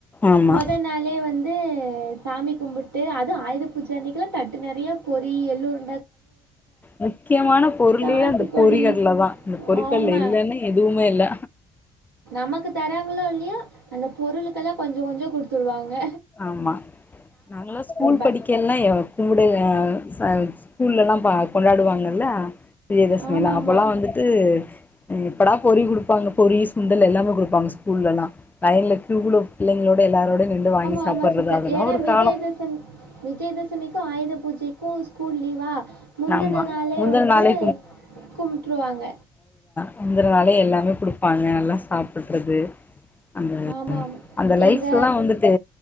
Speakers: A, on the left; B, on the right.
A: ஆமா
B: மொதல் நாளே வந்து அ சாமி கும்பிட்டு அது ஆயுத பூஜ் அன்னிக்குல தட்டு நறியா பொறி எல்லூர்
A: முக்கியமான பொருளே
B: சாத்துக்குடி
A: அந்த பொறிகடல தா அந்த பொறிகடல
B: ஆமா.
A: இல்லனா எதுவுமே இல்ல
B: நமக்கு தராங்களோ இல்லியோ அந்த பொருளுக்கெல்லா கொஞ்சோ கொஞ்சோ குடுத்துவுடுவாங்க
A: ஆமா நாங்காலோ ஸ்கூல்
B: ப
A: படிக்கனு எவ்ளோ எங்களுடைய <unintelligible> ஸ்கூல்ல எல்லா பா கொண்டாடுவாங்கல்ல விஜயதசமி
B: ஆமாமா.
A: எல்லா அப்போலா வந்துட்டு எப்படா பொறி கொடுப்பாங்க பொரி சுண்டல் எல்லாமே குடுப்பாங்க ஸ்கூல்ல எல்லா லைன்ல கியூலோ பிள்ளைங்களோ எல்லாரோடு நின்று வாங்கி
B: ஆமா
A: சாப்புட்றது
B: சிஸ்டர்
A: அதெல்லா
B: ஏன்னா
A: ஒரு
B: விஜயதசமி
A: காலோ
B: விஜயதசமிக்கும் ஆயுத பூஜைக்கும் ஸ்கூல் லீவா முந்தின
A: ஆமா
B: நாளே
A: முந்தன
B: வந்து
A: நாளே
B: கும்ட்டு்ருவாங்க
A: முந்தினாளே எல்லாமே குடுப்பாங்க எல்லா சாப்டுறது அ
B: ஆமாமா.
A: அந்த லைஃப்
B: எங்க
A: எல்லாம் வந்துட்டு